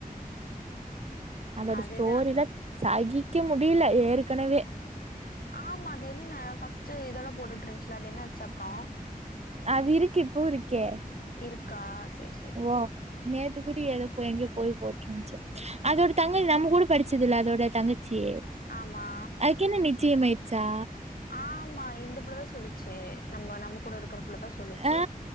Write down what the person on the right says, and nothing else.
அதோட
ஸ்டோரில்லா சகிக்க முடியல ஏற்கனவே
அது இருக்கு இப்போவு இருக்கே
ஓ நேத்துக்குடி ஏதோ போய் எங்கயோ போய் போட்டிருந்ச்சு அதோட தங்கை நம்ம கூட படிச்சதுல அதோட தங்கச்சி
அதுக்கு என்ன நிச்சயமயிச்சா
ஆ